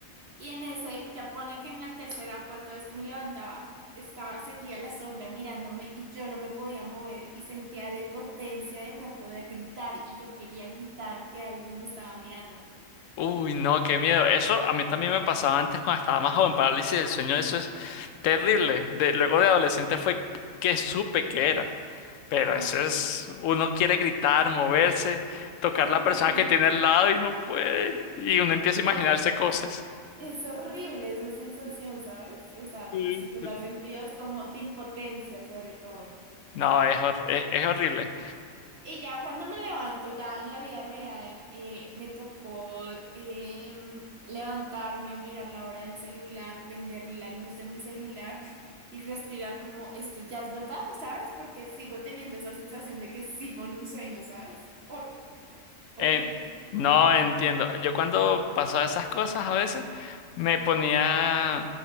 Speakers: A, on the right (about 55°); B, on the left (about 70°).
A: Y en ese, ya ponle que en la tercera o cuarta vez que me levantaba, estaba seguía la sombra mirándome y yo no me podía mover y sentía la impotencia de no poder gritar y yo quería gritar que alguien me estaba mirando.
B: Uy, no, qué miedo. Eso a mí también me pasaba antes cuando estaba más joven. Parálisis del sueño, eso es terrible. De, luego de adolescente fue que supe que era. Pero
A: Ah,
B: eso es, uno quiere gritar, moverse, tocar
A: horrible.
B: la persona que tiene al lado y no puede. Y uno empieza a
A: Ya,
B: imaginarse cosas.
A: es horrible esa sensación, ¿sabes? O sea,
B: Sí.
A: si tú lo has sentido es como de impotencia sobre todo.
B: No, es, hor- es, es horrible.
A: Y ya cuando me levanto, ya en la vida real, eh, me tocó em, levantarme, mirar la hora del celular, prender la luz de mi celular y respirar como esto ya es verdad, ¿sabes? Porque sigo teniendo esa sensación de que sigo en un sueño, ¿sabes? Hor- horrible,
B: Eh,
A: horrible.
B: no entiendo. Yo cuando pasaba esas cosas a veces me ponía...